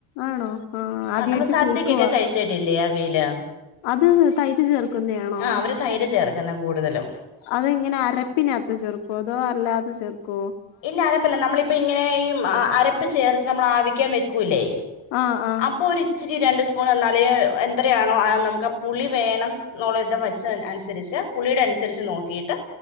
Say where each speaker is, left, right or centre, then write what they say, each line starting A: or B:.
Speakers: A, on the left; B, on the left.
A: ആണോ ആഹ് ആദ്യായിട്ട്
B: ആ നമ്മൾള് സദ്യക്കൊക്കെ
A: കേക്കുവാ
B: കഴിച്ചിട്ട- ട്ടില്ലേ അവിയല്
A: അത് തൈര് ചേർക്കുന്നയാണോ
B: ആഹ് അവര് തൈര് ചേർക്കുന്നയാ കൂടുതലും
A: അത് ഇങ്ങനാ അരപ്പിനകത്ത് ചേർക്കോ അതോ അല്ലാതെ ചെർക്കോ
B: ഇല്ല അരപ്പല്ല നമ്മളിപ്പ ഇങ്ങനെ ഈ അരപ്പ് ചേർത്ത് നമ്മള് ആവിക്കാൻ വെക്കൂല്ലേ
A: ആഹ് ആഹ്
B: അപ്പൊ ഒര് ഇച്ചിരി രണ്ട് സ്പൂൺ എന്നാല് എന്തരയാണോ നമുക്ക് ആ പുളി വേണം - നോ <unintelligible> ള വരിച്ച അനുസരിച്ച് പുള്ളിയുടെ അനുസരിച്ച് നോക്കിയിട്ട്